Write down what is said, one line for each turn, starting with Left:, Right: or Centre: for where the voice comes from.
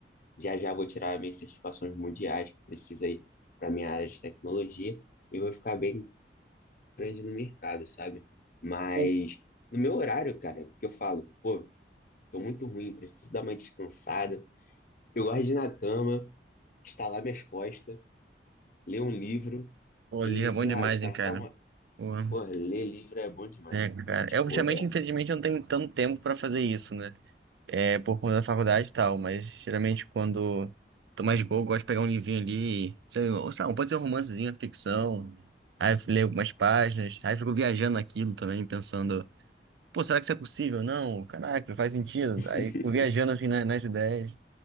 Left: Já já vou tirar minhas certificações mundiais que precisa aí para minha área de tecnologia. E vou ficar bem grande no mercado, sabe? Mas
Right: Pô,
Left: no meu horário, cara, que eu falo, pô, tô muito ruim, preciso dar uma descansada. Eu gosto de ir na cama, estalar minhas costas, ler um livro
Right: pô,
Left: e,
Right: liga é bom
Left: sei
Right: demais,
Left: lá, startar
Right: hein, cara?
Left: uma.
Right: Porra.
Left: Pô, ler livro é bom demais,
Right: É, cara.
Left: cara. Tipo,
Right: Eu, ultimamente,
Left: é.
Right: infelizmente, eu não tenho tanto tempo pra fazer isso, né? É por conta da faculdade e tal, mas geralmente quando tô mais de boa, eu gosto de pegar um livrinho ali, sei lá, ou sei lá, pode ser um romancezinho, ficção. Aí eu leio algumas páginas, aí eu fico viajando naquilo também, pensando, pô, será que isso é possível? Não, caraca, faz sentido.
Left: <laughs>
Right: Aí fico viajando assim na- nas ideias.